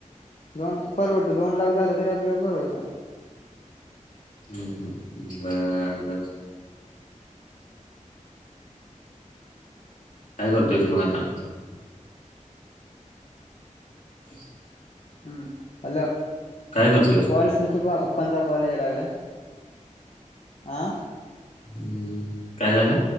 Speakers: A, on the left; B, on the left.
A: दोन परवडतं दोन लाख झालं तरी आपल्याला परवडतं
B: हम्म ह् बर बर काय करतोयच मग आता ब
A: हम्म हॅलो
B: काय करतोयस
A: कॉल्स होत प पप्पांचा कॉल या लागला हं
B: हम् काय झालं